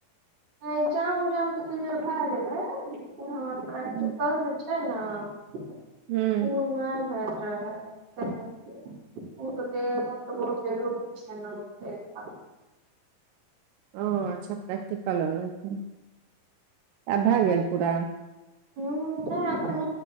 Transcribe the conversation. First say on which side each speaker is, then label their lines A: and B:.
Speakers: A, on the right (about 55°); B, on the right (about 80°).
A: इ्जाम उगजाम के चीजर भए गेलै लेकिन हमर प्रैक्टिकल
B: हूँ
A: जे छै ने <unintelligible>
B: हूँ
A: ऊ नै भेल रहै ओ तऽ दे तऽ बहुत जरुररी छै ने <unintelligible>
B: ओ अच्छा प्रैक्टिकल <unintelligible> आब भए गेल पूरा
A: ऊँ नै एखन